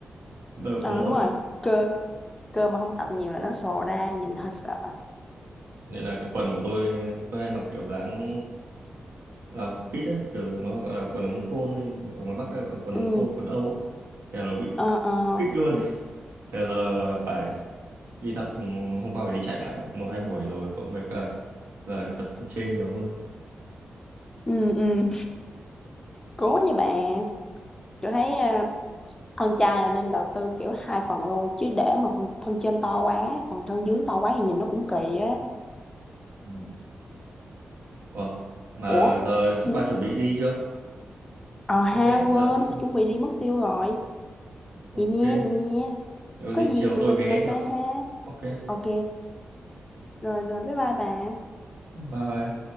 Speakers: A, on the right (about 80°); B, on the left (about 15°).
A: bắt đầu có
B: Ờ
A: mỡ
B: đúng rồi, cơ cơ mà không tập nhiều là nó sò ra, nhìn hơi sợ.
A: nên là cái quần của tôi tôi hay mặc kiểu dáng là fit ấy kiểu nó gọi là quần ống côn hay ở ngoài Bắc hay gọi là quần
B: Ừ,
A: ống côn quần Âu ấy. Thế là nó bị
B: ờ, ờ.
A: kích luôn Thế giờ là phải đi tập ừ, hôm qua phải đi chạy lại một hai buổi rồi cộng với cả giờ phải tập trung trên nhiều hơn
B: Ừ, ừ. Cố nha bạn. Tôi thấy ờ, thân chai là nên đầu tư kiểu hai phần luôn chứ để mà phần thân trên to quá phần thân dưới to quá thì nhìn nó cũng kỳ á
A: ừ. Ủa, mà
B: ủa
A: giờ chắc
B: hử?
A: bà chuẩn bị đi chưa
B: ờ ha
A: đi xe
B: quên
A: ra chuẩn bị
B: tôi
A: đi.
B: chuẩn bị đi mất tiêu rồi
A: ok
B: vậy nha vậy nha
A: nếu có
B: có
A: gì
B: gì
A: chiều
B: tụi
A: tôi
B: mình
A: ghé
B: đi cà
A: được
B: phê ha
A: ok
B: ok rồi rồi bye bye bà
A: bye